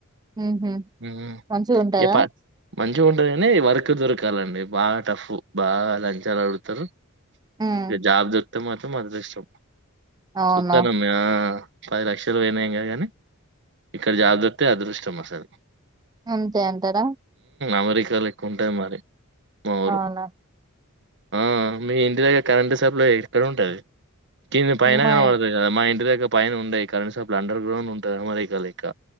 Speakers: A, on the right; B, on the right.
A: ఉహ
B: హ్మ్
A: మంచిగా ఉంటాదా,
B: ఇగ ప మంచిగా ఉంటుంది కానీ వర్క్ దొరకాలండి బాగా టఫ్ బాగా లంచాలు ఆడుగుతారు,
A: హ్మ్.
B: ఇగా జాబు దొరికితే మాత్రం అదృష్టం
A: అవున
B: చూత్తన్నాం ఆ పది లక్షలు పోయినా ఏం కాదు కానీ ఇక్కడ జాబ్ దొరికితే అదృష్టం అసలు
A: అంతే అంటారా
B: అమెరికాలో ఎక్కువ ఉంటాయి మరి మా ఊరు
A: అవునా
B: ఆ మీ ఇంటి దగ్గర కరెంటు సప్లై ఇక్కడ ఉంటది కింది పైన
A: మయ్
B: కనపడుతది కద మా ఇ టి దగ్గర పైన ఉండయి కరంట్షాప్లు అండర్గ్రౌండ్ ఉంటది <unintelligible> మరి ఇక